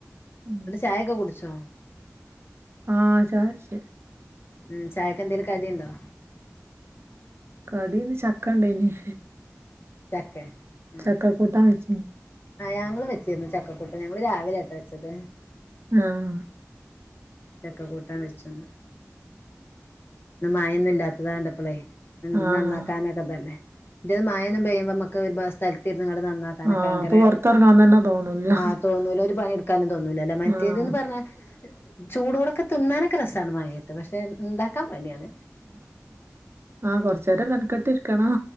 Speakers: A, on the right (about 50°); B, on the left (about 45°).
A: ഉം
B: എന്നിട്ട് ചായൊക്കെ കുടിച്ചോ?
A: ആഹ് ചായകുടിച്ചു
B: ഉം ചായക്കെന്തേലും കടിയുണ്ടോ?
A: കടി ഇന്ന് ചക്ക ഇണ്ടായിനിം
B: ചക്കെ ആഹ്
A: ചക്ക കൂട്ടാൻ വെച്ചീനിം
B: ആഹ് ഞങ്ങളും വെച്ചിരുന്നു ചക്കകൂട്ടാൻ ഞങ്ങള് രാവിലെ ആട്ടോ വെച്ചത്
A: ആഹ്
B: ചക്ക കൂട്ടാൻ വെച്ചു ഇന്ന് ഇ മഴൊന്നും ഇല്ലാത്തത് കണ്ടപ്പളെ എന്ത്
A: ആ ആ
B: നന്നാക്കാനൊക്കെതല്ലേ ഇത് മഴൊന്നും പെയ്യുമ്പോ നമ്മക്ക് ഒരു സ്ഥലത്ത് ഇരുന്ന്‌ങ്ങാണ്ട്‌ നന്നാ ക്കാനൊക്കെ
A: ആ ആ
B: ഭയങ്കര
A: ഇപ്പൊ പൊറത്തെറങ്ങാൻ തന്നെ തോന്നൂല്ല
B: ആഹ് തോന്നൂല ഒരു പണിയെടുക്കാനും തോന്നൂല അല്ല മറ്റേതന്ന്
A: ആ
B: പറഞ്ഞാ ചൂടോടൊക്കെ തിന്നാനൊക്കെ രസാണ് മഴേത്ത് പക്ഷെ ഇണ്ടാക്കാൻ പണിയാണ്
A: ആഹ് കൊറച്ചേരം മെനകെട്ടിരിക്കണം